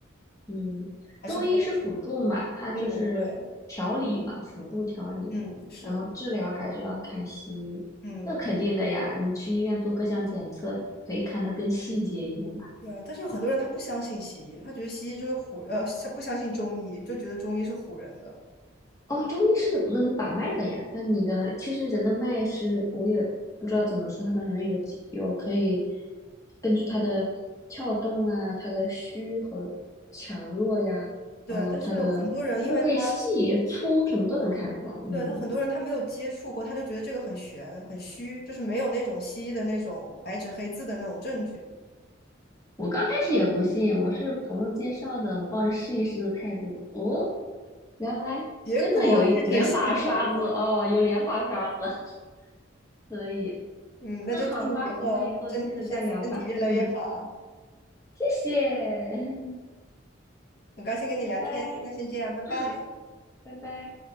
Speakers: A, on the left; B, on the left.
A: 嗯，
B: 还是比较，
A: 中医是辅助嘛，它就是调理嘛，
B: 嗯，对，
A: 辅助调理，
B: 嗯，是，
A: 然后治疗还是要看西医。
B: 嗯。
A: 那肯定的呀，你去医院做各项检测，可以看得更细节一点嘛。
B: 对，但是有很多人他不相信西医，他觉得西医就是唬，呃，他不相信中医，就觉得中医是唬人的。
A: 哦，中医是能把脉的呀，那你的其实人的脉是，我也不知道怎么说，它反正有几有可以根据它的跳动啊，它的虚和强弱呀，
B: 对，
A: 然后它的就是可以细粗什么都能看出来，
B: 但是很多人因为他
A: 嗯。
B: 对，那很多人他没有接触过，他就觉得这个很玄、很虚，就是没有那种西医的那种白纸黑字的那种证据，
A: 我刚开始也不信，我是朋友介绍的，我抱着试一试的态度。哦，原来真的有一两把刷子哦，
B: 结果变成信徒。
A: 有两把刷子，<laughs> 可以。
B: 嗯，那就祝你以后身身身体越来越好。
A: 那好吧，我们以后机会再聊吧。嗯，谢谢，
B: 很高兴跟你聊天，
A: <laughs> 拜拜。
B: 那先这样，拜拜。
A: 嗯，拜拜。